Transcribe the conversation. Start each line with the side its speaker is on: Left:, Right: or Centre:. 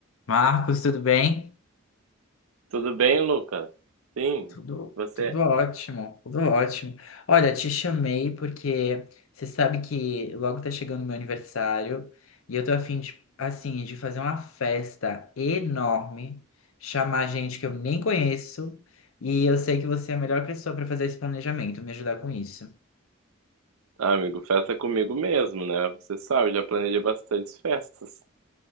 Left: Marcos, tudo bem?
Right: Tudo bem, Lucas? Sim,
Left: Tudo,
Right: você?
Left: tudo ótimo, tudo ótimo. Olha, te chamei porque você sabe que logo tá chegando o meu aniversário e eu tô a fim de, assim, de fazer uma festa enorme, chamar gente que eu nem conheço e eu sei que você é a melhor pessoa para fazer esse planejamento, me ajudar com isso.
Right: Ah, amigo, festa é comigo mesmo, né? Você sabe, já planejei bastantes festas.